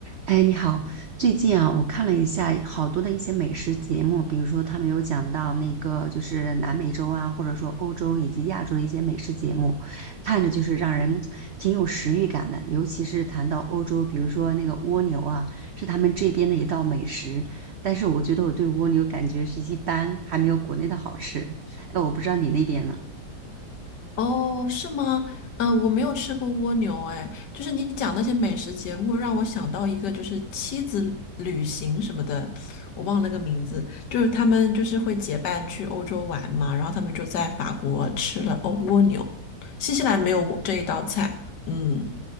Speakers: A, on the right; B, on the left.
A: 哎，你好，最近啊，我看了一下好多的一些美食节目，比如说他们有讲到那个就是南美洲啊，或者说欧洲以及亚洲的一些美食节目，看着就是让人挺有食欲感的。尤其是谈到欧洲，比如说那个蜗牛啊，是他们这边的一道美食，但是我觉得我对蜗牛感觉是一般，还没有国内的好吃。哎，我不知道你那边呢？
B: 哦，是吗？嗯，我没有吃过蜗牛，哎，就是你讲那些美食节目，让我想到一个，就是妻子旅行什么的，我忘了个名字，就是他们就是会结伴去欧洲玩嘛，然后他们就在法国吃了欧蜗牛，新西兰没有蜗这一道菜，嗯，